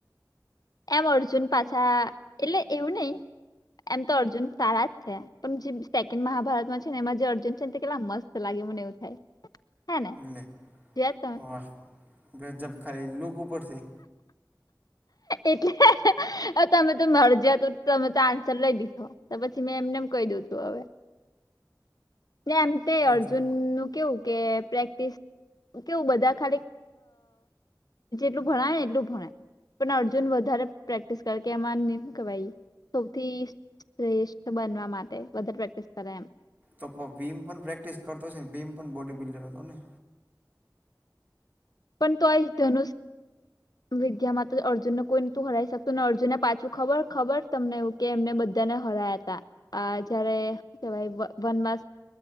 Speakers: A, on the left (about 60°); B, on the right (about 20°).
A: એમ અર્જુન પાછા, એટલે એવું નહી, એમ તો અર્જુન સારા જ છે. પણ જે સેકન્ડ મહાભારતમાં છે ને, એમાં જે અર્જુન છે ને કેટલા મસ્ત લાગે મને એવું થાય. હે ને
B: લે!
A: જોયા તમે
B: વાહ! ગજબ ખાલી લૂક ઉપરથી
A: એટલે તમે તો મળ જયા તો તમે તો આન્સર લઈ લીધો. તો પછી મેં એમ નેમ કહી દું તું હવે એમ તે
B: ગજબ
A: અર્જુન નું કેવું? કે પ્રેક્ટિસ કેવું બધા ખાલી એટલું ભણાય એટલું ભણે. પણ અર્જુન વધારે પ્રેક્ટિસ કર એમાંય હુ કેવાય સૌથી શ્રેષ્ઠ બનવા માટે વધારે પ્રેક્ટિસ કરે એમ.
B: તો ભીમ પણ પ્રેક્ટિસ કરતો હશે ને ભીમ પણ બોડી બિલ્ડર હતો ને?
A: પણ તો આ ધનુસ વિદ્યા માં અર્જુનને કોઈ નતું હરાઈ શકતું ને અર્જુનને પાછું ખબર ખબર તમને એવું? કે એમને બધાને હરાયા હતા, જયારે કેવાય વનવાસ